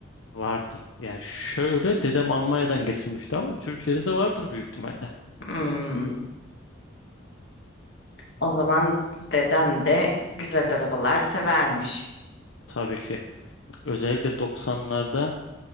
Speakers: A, on the left; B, on the left.
A: Vardı. Yani şöyle dedem Almanya'dan getirmişti ama Türkiye'de de vardır büyük ihtimalle.
B: Hmm, o zaman deden de güzel arabalar severmiş.
A: Tabii ki. Özellikle 90'larda